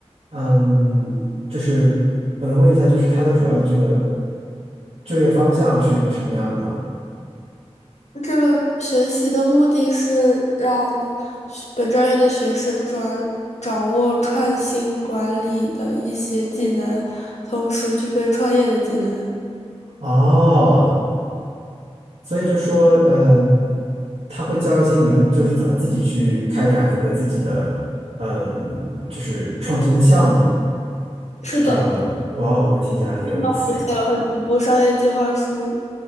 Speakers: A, on the right (about 70°); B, on the left (about 85°).
A: 嗯，就是我能问一下，就是它的主要的这个就业方向是一个什么样的吗？
B: 这个学习的目的是让学本专业的学生转掌握创新管理的一些技能，同时具备创业的技能。
A: 哦。所以就说，嗯，他会教一些你们就是怎么自己去开展一个自己的，嗯，就是创新的项目，
B: 是的，
A: 是这样的吗？哇哦，那听起来很有意思。
B: 我写了好几部商业计划书。